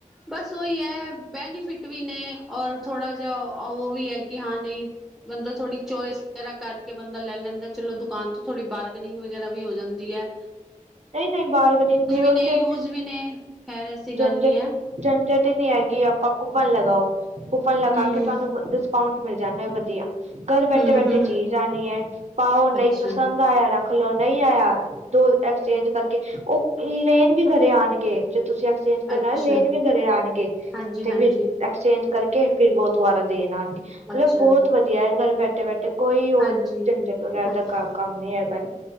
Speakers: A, in the centre; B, on the right.
A: ਬਸ ਉਈ ਐ ਬੈਨੀਫਿਟ ਵੀ ਨੇ ਔਰ ਥੋੜਾ ਜਿਹਾ ਉਹ ਵੀ ਐ ਕਿ ਹਾਂ ਨਹੀਂ ਬੰਦਾ ਥੋੜੀ ਚੋਇਸ ਵਗੈਰਾ ਕਰਕੇ ਬੰਦਾ ਲੈ ਲੈਂਦਾ ਚਲੋ ਦੁਕਾਨ ਤੋਂ ਥੋੜੀ ਬਾਰਗਨਿੰਗ ਵਗੈਰਾ ਵੀ ਹੋ ਜਾਂਦੀ ਐ।
B: ਨਹੀਂ ਨਹੀਂ ਬਾਰਗਨਿੰਗ ਵੀ ਉਹ
A: ਨੇ
B: ਤੇ
A: ਯੂਜ ਵੀ ਨੇ ਖੈਰ ਐਸੀ
B: ਜੰਜਟ
A: ਗੱਲ ਨਹੀਂ ਹੈ
B: ਜੰਜਟ ਈ ਨੀ ਹੈਗੀ ਆਪਾਂ ਕੁੱਪਣ ਲਗਾਓ। ਕੂਪਨ ਲਗਾ
A: ਹਮ
B: ਕੇ ਤੁਹਾਨੂੰ ਡਿਸਕਾਊਂਟ ਮਿਲ ਜਾਂਦਾ ਵਧੀਆ। ਘਰ ਬੈਠੇ-ਬੈਠੇ
A: ਹਮ ਹਮ
B: ਚੀਜ਼ ਆਣੀ ਐ ਪਾਓ ਨਹੀਂ
A: ਅੱਛਾ
B: ਪਸੰਦ ਗਾਇਆ ਰੱਖ ਲੋ ਨਈ ਆਇਆ ਦੋ ਐਕਸਚੇਂਜ ਕਰਕੇ ਉਹ ਲੇਨ ਵੀ ਘਰੇ ਆਣਗੇ ਜੇ ਤੁਸੀਂ ਅ ਐਕਸਚੇਂਜ ਕਰਨਾ
A: ਅੱਛਾ
B: ਐ ਲੇਨ ਵੀ ਗਰੇ ਆਣਗੇ
A: ਹਾਂਜੀ
B: 'ਤੇ
A: ਹਾਂਜੀ
B: ਫਿਰ ਅ ਐਕਸਚੇਂਜ ਕਰਕੇ ਫਿਰ ਵੋ ਦੁਬਾਰਾ ਦੇਣ ਆਣਗੇ
A: ਅੱਛਾ
B: ਮਤਲਬ ਬਹੁਤ ਵਧੀਆ ਐ ਘਰ ਬੈਠੇ-ਬੈਠੇ ਕੋਈ ਹੋਰ
A: ਹਾਂਜੀ
B: ਝੰਜਟ ਵਗੈਰਾ
A: ਹਾਂਜੀ
B: ਦਾ ਘਰ ਕੰਮ ਨੀ ਹੈਗਾ,